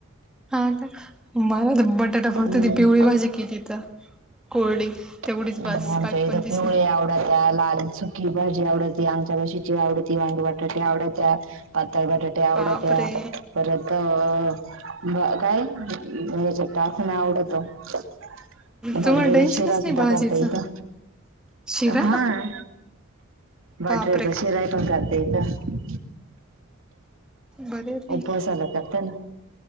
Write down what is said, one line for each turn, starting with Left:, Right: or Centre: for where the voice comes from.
Centre: हा, का. मला तर बटाटा, फक्त
Right: हम्म.
Centre: ती पिवळी भाजी केली तर. कोरडी. तेवढीच
Right: <inaudible>
Centre: बास
Right: आमच्या
Centre: बाकी कोणतीच
Right: इथं, पिवळी
Centre: नाही
Right: आवडत्या. लाल सुकी भाजी आवडती. आंगच्या रशीची आवडती. वांगे बटाटे आवडत्या. पातळ बटाटे त्या आवडात्या.
Centre: बापरे
Right: परत अ <unintelligible> काय? हयाच्यात टाखून आवडतो. <unintelligible>
Centre: तुम्हाला टेन्शनच
Right: शिरा सुधा
Centre: नाही भाजीचं
Right: करता येतं.
Centre: शिरा
Right: हा, बटाट्याचा
Centre: बापरे
Right: शिरा पण करता येत.
Centre: बरे रे
Right: उपवासाला करता ना.